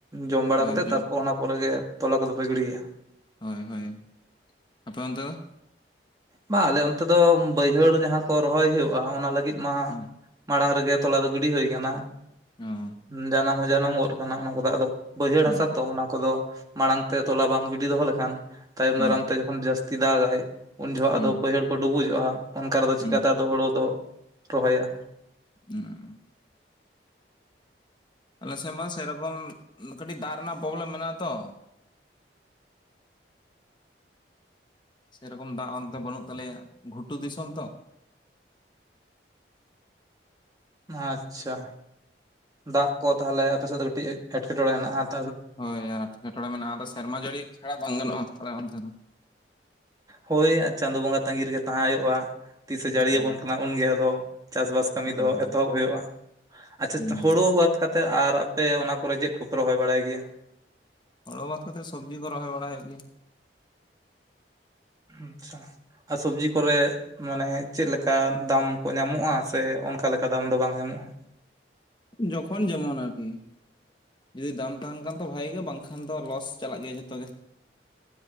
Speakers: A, on the right (about 20°); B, on the left (about 25°).
A: ᱡᱚᱢ ᱵᱟᱲᱟ
B: ᱦᱳᱭ
A: ᱠᱟᱛᱮᱜ
B: ᱡᱚᱢ
A: ᱛᱟᱨᱯᱚᱨ ᱚᱱᱟ ᱯᱚᱨᱮᱜᱮ ᱛᱚᱞᱟ ᱠᱚᱫᱚ ᱯᱮ ᱜᱤᱰᱤᱭᱟ
B: ᱦᱳᱭ ᱦᱳᱭ ᱟᱯᱮ ᱚᱱᱛᱮ ᱫᱚ
A: ᱵᱟᱝ ᱟᱞᱮ ᱚᱱᱛᱮ ᱫᱚ ᱵᱟᱹᱭᱦᱟᱹᱲ ᱡᱟᱦᱟᱸ ᱠᱚ ᱨᱚᱦᱚᱭ ᱦᱩᱭᱩᱜᱼᱟ ᱚᱱᱟ ᱞᱟᱹᱜᱤᱫ ᱢᱟ
B: ᱦᱩᱸ
A: ᱢᱟᱲᱟᱝ ᱨᱮᱜᱮ ᱛᱚᱞᱟ ᱫᱚ ᱜᱤᱰᱤ ᱦᱩᱭ ᱟᱠᱟᱱᱟ
B: ᱚ
A: ᱡᱟᱱᱟᱢ ᱡᱟᱱᱟᱢ ᱜᱚᱫ ᱟᱠᱟᱱᱟ ᱚᱱᱟ ᱠᱚᱫᱚ ᱵᱟᱹᱭᱦᱟᱹᱲ
B: ᱦᱩᱸ
A: ᱦᱟᱥᱟ ᱛᱚ ᱚᱱᱟ ᱠᱚᱫᱚ ᱢᱟᱲᱟᱝ ᱛᱮ ᱛᱚᱞᱟ ᱵᱟᱢ ᱜᱤᱰᱤ ᱫᱚᱦᱚ ᱞᱮᱠᱷᱟᱱ ᱛᱟᱭᱚᱢ
B: ᱦᱩᱸ
A: ᱫᱟᱨᱟᱢ ᱛᱮ ᱡᱚᱠᱷᱚᱱ ᱡᱟᱹᱥᱛᱤ ᱫᱟᱜᱟᱭ ᱩᱱ ᱡᱚᱦ
B: ᱦᱩᱸ
A: ᱟᱫᱚ ᱵᱟᱹᱭᱦᱟᱹᱲ ᱠᱚ ᱰᱩᱵᱩᱡᱚᱜᱼᱟ᱾ ᱚᱱᱠᱟ ᱨᱮᱫᱚ ᱪᱤᱠᱟᱛᱮ
B: ᱦᱩᱸ
A: ᱟᱫᱚ ᱦᱩᱲᱩ ᱫᱚ ᱨᱚᱦᱚᱭᱟ᱾
B: ᱦ <unintelligible> ᱟᱞᱮ ᱥᱮᱫ ᱢᱟ ᱥᱮᱨᱚᱠᱚᱢ ᱠᱟᱹᱴᱤᱡ ᱫᱟᱜ ᱨᱮᱱᱟᱜ ᱯᱨᱚᱵᱞᱮᱢ ᱢᱮᱱᱟᱜᱼᱟ ᱛᱚ ᱥᱮᱨᱚᱠᱚᱢ ᱫᱟᱜ ᱚᱱᱛᱮ ᱵᱟᱹᱱᱩᱜ ᱛᱟᱞᱮᱭᱟ ᱜᱷᱩᱴᱩ ᱫᱤᱥᱚᱢ ᱛᱚ᱾
A: ᱻ <inaudible> ᱟᱪᱪᱷᱟ ᱫᱟᱜ ᱠᱚ ᱛᱟᱦᱚᱞᱮ ᱟᱯᱮ ᱥᱮᱫ ᱫᱚ ᱠᱟᱹᱴᱤᱡ ᱮᱴᱠᱮᱴᱚᱬᱮ ᱢᱮᱱᱟᱜᱼᱟ᱾
B: ᱦᱳᱭ ᱮᱴᱠᱮᱴᱚᱬᱮ ᱢᱮᱱᱟᱜᱼᱟ ᱟᱫᱚ ᱥᱮᱨᱢᱟ ᱡᱟᱹᱲᱤ ᱪᱷᱟᱲᱟ ᱵᱟᱝ ᱜᱟᱱᱚᱜᱼᱟ ᱟᱞᱮ ᱚᱱᱛᱮ ᱫᱚ᱾
A: ᱦᱳᱭ ᱟᱨ ᱪᱟᱸᱫᱚ ᱵᱚᱸᱜᱟ ᱛᱟᱟᱹᱜᱤ ᱨᱮᱜᱮ ᱛᱟᱦᱮᱸ ᱦᱩᱭᱩᱜᱼᱟ ᱛᱤᱥᱮ
B: ᱦᱳᱭ
A: ᱡᱟᱹᱲᱤᱭᱟᱵᱚᱱ ᱠᱟᱱᱟ ᱩᱱᱜᱮ ᱟᱫᱚ ᱪᱟᱥᱵᱟᱥ ᱠᱟᱹᱢᱤ
B: ᱦᱳᱭ
A: ᱫᱚ
B: ᱦᱳᱭ
A: ᱮᱛᱚᱦᱚᱵ ᱦᱩᱭᱩᱜᱼᱟ ᱟᱪᱪᱷᱟ
B: ᱦᱩᱸ
A: ᱦᱳᱲᱩ ᱵᱟᱫ ᱠᱟᱛᱮᱫ ᱟᱨ ᱟᱯᱮ ᱚᱱᱟ ᱠᱚᱨᱮ ᱪᱮᱫ ᱠᱚᱯᱮ ᱨᱚᱦᱚᱭ ᱵᱟᱲᱟᱭ ᱜᱮᱭᱟ?
B: ᱦᱳᱨᱳ ᱵᱟᱫ ᱠᱟᱛᱮᱫ ᱥᱚᱵᱽᱡᱤ ᱠᱚ ᱨᱚᱦᱚᱭ ᱵᱟᱲᱟᱭ ᱦᱩᱭᱩᱜ ᱜᱮᱭᱟ᱾
A: ᱟᱪᱪᱷᱟ ᱟᱨ ᱥᱚᱵᱡᱤ ᱠᱚᱨᱮ ᱢᱟᱱᱮ ᱪᱮᱫᱞᱮᱠᱟ ᱫᱟᱢ ᱠᱚ ᱧᱟᱢᱚᱜᱼᱟ ᱥᱮ ᱚᱱᱠᱟ ᱞᱮᱠᱟ ᱫᱟᱢ ᱫᱚ ᱵᱟᱝ ᱧᱟᱢᱚᱜᱼᱟ᱾
B: ᱡᱚᱠᱷᱚᱱ ᱡᱮᱢᱚᱱ ᱟᱨᱠᱤ ᱡᱩᱫᱤ ᱫᱟᱢ ᱛᱟᱦᱮᱱ ᱠᱷᱟᱱ ᱛᱚ ᱵᱷᱟᱜᱮ ᱜᱮ ᱵᱟᱝᱠᱷᱟᱱ ᱫᱚ ᱞᱚᱥ ᱪᱟᱞᱟᱜ ᱜᱮᱭᱟ ᱡᱷᱚᱛᱚ ᱜᱮ᱾